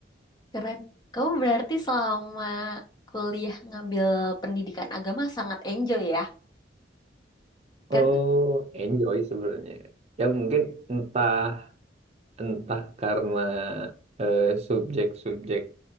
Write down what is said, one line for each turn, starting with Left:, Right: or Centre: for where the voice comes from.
Left: keren. Kamu berarti selama kuliah ngambil pendidikan agama sangat enjoy ya, kan?
Right: Oh, enjoy sebenarnya. Ya mungkin entah entah karena eh, subjek-subjek